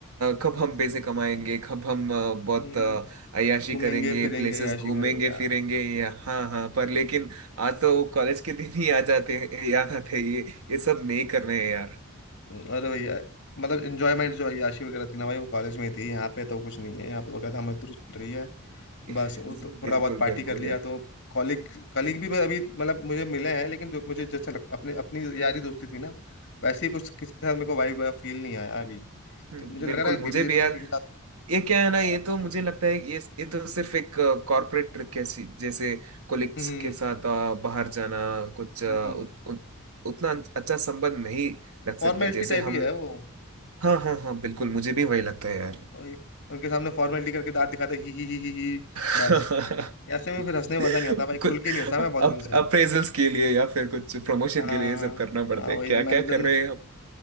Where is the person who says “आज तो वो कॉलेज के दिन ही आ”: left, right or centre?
Right